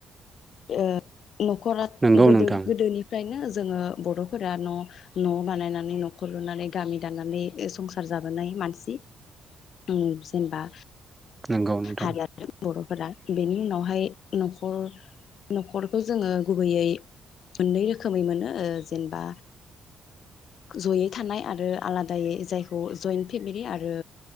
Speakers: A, on the left; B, on the right.
A: ओ न'खरा
B: नोंगौ
A: गोदो
B: नोंथां
A: गोदोनिफ्रायनो जोङो बर'फोरा न' न' बानायनानै नखर लुनानै गामि दानानै संसार जाबोनाय मानसि उम जेनेबा
B: नंगौ नोंथां
A: हारि आरो बर'फोरा बेनि उनावहाय नखर न'खरखौ जोङो गुबैयै मोननै रोखोमै मोनो ओ जेनेबा जयै थानाय आरो आलादायै जायखौ जयन्ट फेमिलि आरो